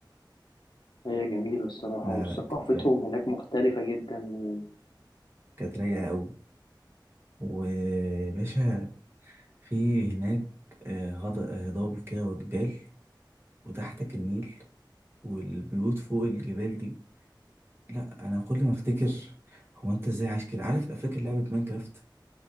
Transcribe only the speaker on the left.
هي جميله الصراحه
وثقافتهم
هناك مختلفه جدا و...